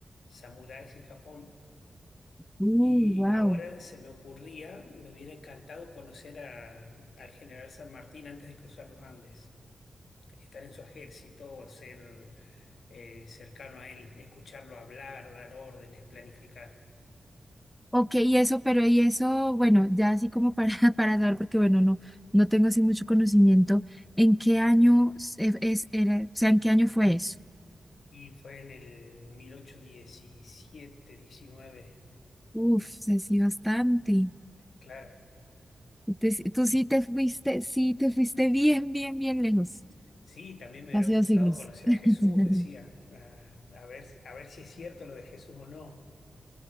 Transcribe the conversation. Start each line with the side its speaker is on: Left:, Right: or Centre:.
Left: samuráis en Japón
Centre: Uh,
Left: y
Centre: wow.
Left: ahora se me ocurría me hubiera encantado conocer a- al general San Martín antes de cruzar los Andes, estar en su ejército, ser eh, cercano a él, escucharlo hablar, dar órdenes, planificar.
Centre: Ok, y eso, pero y eso, bueno, ya así como para, <laughs> para dar, porque bueno, no, no tengo así mucho conocimiento, ¿en qué año es, es- era, o sea, en qué año fue eso?
Left: Y fue en el mil ochocientos diecisiete diecinueve
Centre: Uf, sé sí, bastante.
Left: claro.
Centre: Entonces, tú sí te fuiste, sí te fuiste bien, bien, bien lejos,
Left: Sí, también me hubiera
Centre: casi
Left: gustado
Centre: dos siglos.
Left: conocer
Centre: <laughs>
Left: a Jesús, decía, a, a ver, si- a ver si es cierto lo de Jesús o no.